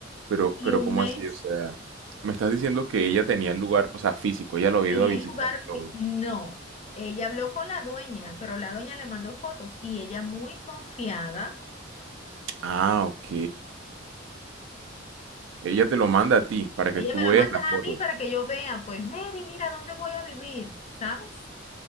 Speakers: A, on the right; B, on the left.
A: Pero,
B: Y
A: pero
B: un
A: ¿cómo
B: mes,
A: así? O sea, me estás diciendo que ella tenía el lugar, o sea, físico, ella lo había
B: le
A: ido
B: di
A: a visitar
B: el lugar,
A: y
B: fi-
A: todo.
B: no, ella habló con la dueña, pero la dueña le mandó fotos y ella muy confiada,
A: Ah, ok. Ella te lo manda a ti para que
B: ella
A: tú
B: me lo
A: veas
B: manda
A: la foto.
B: a mí para que yo vea, pues Mary, mira dónde voy a vivir, ¿sabes?